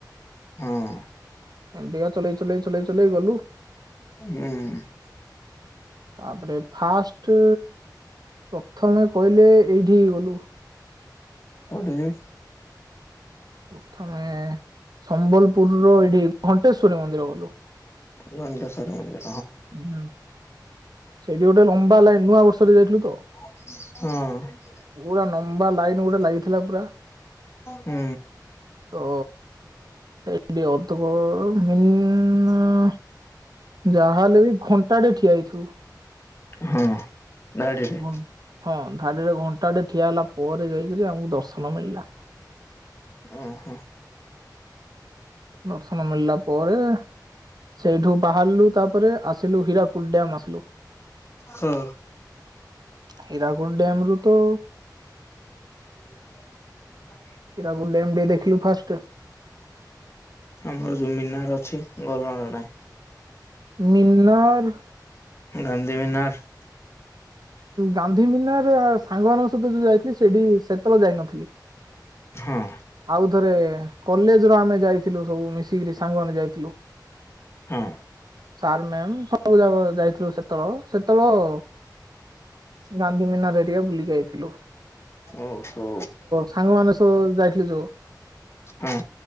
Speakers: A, on the left; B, on the right.
A: ହଁ।
B: ଏମିତିକା ଚଲେଇ ଚଲେଇ ଚଲେଇ ଚଲେଇ ଗଲୁ।
A: ହୁଁ।
B: ତାପରେ ଫାଷ୍ଟ ପ୍ରଥମେ କହିଲେ ଏଇଠିକି ଗଲୁ।
A: କୋଉଠିକି।
B: ପଥମେ ସମ୍ବଲପୁର ର ଏଇଠିକି ଘଣ୍ଟେଶ୍ଵରୀ ମନ୍ଦିର ଗଲୁ।
A: <unintelligible>
B: ହୁଁ ସେଇଠି ଗୋଟେ ଲମ୍ବା ଲାଇନ ନୂଆ ବର୍ଷରେ ଯାଇଥିଲୁ ତ।
A: ହଁ।
B: ପୁରା ନମ୍ବା ଲାଇନ୍ ଗୋଟେ ଲାଗିଥିଲା ପୁରା।
A: ହୁଁ।
B: ତ ସେଇଠି <unintelligible> ଯାହାଲେ ବି ଘଣ୍ଟାଟେ ଠିଆ ହେଇଥୁବୁ।
A: ହଁ। ଧାଡିରେ
B: <unintelligible> ହଁ ଧାଡିରେ ଘଣ୍ଟାଟେ ଠିଆ ହେଲା ପରେ ଯାଇକିରି ଆମକୁ ଦର୍ଶନ ମିଳିଲା।
A: ଅହଁ।
B: ଦର୍ଶନ ମିଳିଲା ପରେ ସେଇଠୁ ବାହାରିଲୁ ତାପରେ ଆସିଲୁ ହୀରାକୁଦ୍ ଡ୍ୟାମ ଆସିଲୁ।
A: ହଁ।
B: ହୀରାକୁଦ ଡ୍ୟାମ ରୁ ତ
A: <unintelligible>
B: ହୀରାକୁଦ ଡ୍ୟାମ୍ ଟିକେ ଦେଖିଲୁ ଫାଷ୍ଟ।
A: ଆମର ଯୋଉ ମିନାର ଅଛି <unintelligible> ନାହିଁ।
B: ମିନର୍
A: ଗାନ୍ଧୀ ମିନାର।
B: ଗାନ୍ଧୀ ମିନାର ସାଙ୍ଗମାନାଙ୍କ ସହିତ ଯୋଉ ଯାଇଥିଲି ସେଇଠି ସେତୋବୋଳେ ଯାଇନଥିଲି।
A: ହଁ।
B: ଆଉ ଥରେ କଲେଜ ର ଆମେ ଯାଇଥିଲୁ ସବୁ ମିଶିକିରି ସାଙ୍ଗମାନେ ଯାଇ ଥିଲୁ।
A: ହଁ
B: ସାର୍ ମ୍ୟାାମ ସବୁ ଯାଗ ଯାଇଥିଲୁ ସେତୋ <unintelligible> ସେତୋବୋଳୋ ଗାନ୍ଧୀ ମୀିନାର ହେରିକା ବୁଲିକି ଆଇଥିଲୁ।
A: ଓହୋ।
B: ସାଙ୍ଗମାନୋ ସବୁ ଯାଇଥିଲେ ଯୋଉ।
A: ହଁ